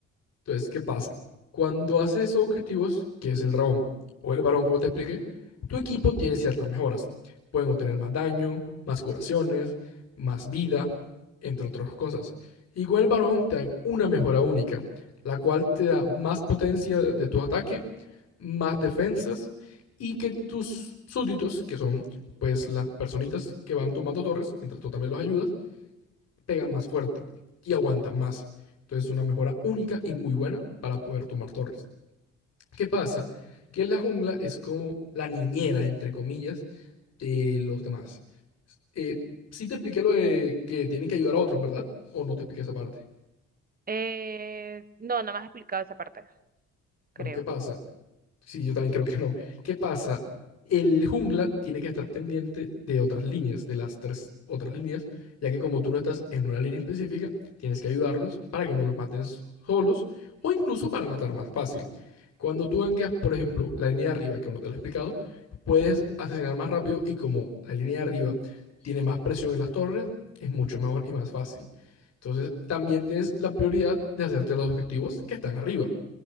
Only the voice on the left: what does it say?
Entonces, ¿qué pasa? Cuando haces esos objetivos, que es el dragón o el varón, como te expliqué, tu equipo tiene ciertas mejoras. Pueden obtener más daño, más curaciones, más vida, entre otras cosas. Y con el varón te dan una mejora única, la cual te da más potencia de de tu ataque, más defensas y que tus súbditos, que son pues las personitas que van tomando torres, mientras tú también los ayudas, pegan más fuerte y aguantan más. Entonces es una mejora única y muy buena para poder tumbar torres. ¿Qué pasa? Que la jungla es como la niñera, entre comillas, de los demás. Eh, sí te expliqué lo de que tienen que ayudar a otros, ¿verdad? ¿O no te expliqué esa parte?
Bueno, ¿qué pasa? Sí, yo también creo que no. ¿Qué pasa? El jungla tiene que estar pendiente de otras líneas, de las tres otras líneas, ya que como tú no estás en una línea específica, tienes que ayudarlos para que no los maten s- solos o incluso para matar más fácil. Cuando tú gankeas, por ejemplo, la línea de arriba, que aún no te lo he explicado, puedes asesinar más rápido y como la línea de arriba tiene más presión en las torres, es mucho mejor y más fácil. Entonces, también tienes la prioridad de hacerte los objetivos que están arriba.